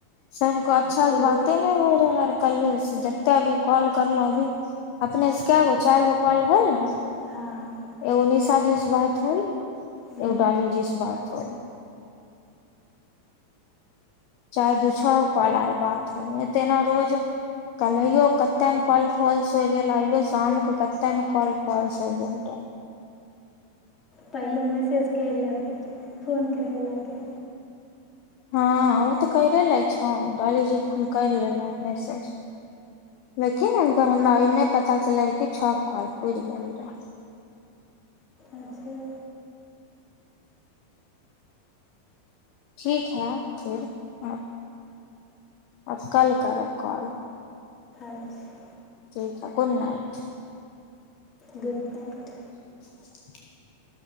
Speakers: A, on the left (about 45°); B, on the left (about 30°).
A: सबको अच्छास
B: शुरू
A: से बाते नहि होइ रहे आर कल्हे से जते अभी कॉल करलहु अभी अपने से कए गो चारि गो कॉल होल ने
B: हँ
A: ऐं उनहिं सँ सााजिश बात होइ
B: हूँ
A: एग डालीज इस बार ह चारे दू छओ गो कल आइ बात हो तेना रोज कलैयो कते ने कल फॉल्स होय गेल आइयो शामके कते ने कल फॉल्स हो गेल रह
B: पहिले मैसेज करि लेबै फोन करयवलाके
A: हँ ओ तऽ करे ले छौ डालीजी खन करि लेलहु मैसेज लेकिन हुनकर हमरा ई नहि पता चलल रह छ कल पुर गेल रह
B: अच्छा
A: ठीक है फिर अ अब कल करब कॉल
B: अच्छा
A: ठीक ह गुड नाइट
B: गुड नइट
A: <unintelligible>